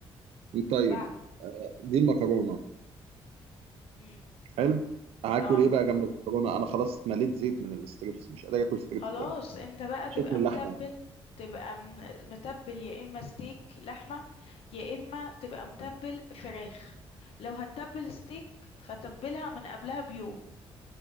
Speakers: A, on the right; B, on the left.
A: طيب
B: بع
A: آه، دي المكرونه
B: إمم،
A: حلو هاكل
B: آه.
A: ايه بقى جنب المكرونه انا خلاص اتمليت زيت من الستريبس مش قادر اكل ستريبس
B: خلاص
A: تاني
B: انت بقى
A: شكل
B: تبقى
A: اللحمه
B: متبل تبقى م- متبل يا اما ستيك لحمة يا اما تبقى متبل فراخ لو هتتبل ستيك فتبلها من قبلها بيوم